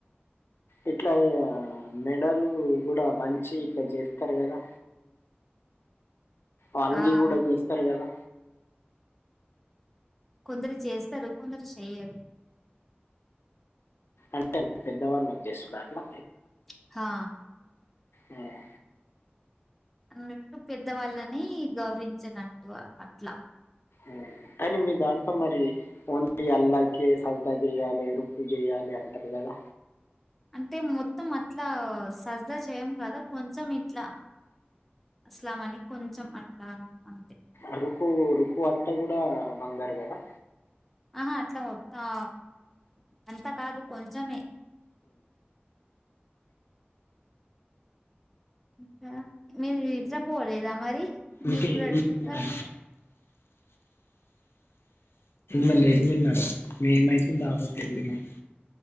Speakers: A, on the left; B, in the centre.
A: ఎట్లా మెడలు కూడా వంచి ఇట్లా చేస్తారు కదా వంగి
B: ఆ!
A: కూడా చేస్తారు కదా
B: కొందరు చేస్తారు కొందరు చెయ్యరు
A: అంటే పెద్దవాల్లే చేస్తుర్ర అట్లా
B: ప్చ్ హా
A: ఉమ్,
B: అన్నట్టు పెద్దవాళ్ళని గౌరవించినట్టు అట్లా
A: ఉమ్. కానీ మీ దాంట్లో మరి ఓన్లీ అల్లాకే ట చెయాలి. రుక్కు చెయ్యాలి అంటారు కదా
B: అంటే మొత్తం అట్లా సర్జా చేయము కదా కొంచెం ఇట్లా అస్లాం అని కొంచెం అట్లా అంతే
A: అరుకు అరుకు అంతా కూడా బంగారు కదా
B: ఆహా అట్లా మ తా అంతా కాదు కొంచెమే ఇంకా మీరు నిద్రపోలేదా మరి
A: ఇంకా
B: మీకు
A: ఏం తిన్నారు
B: ఇంకా
A: మళ్ళీ ఏం తిన్నారు మేమైతే దావత్ కి వెళ్లి తిన్నం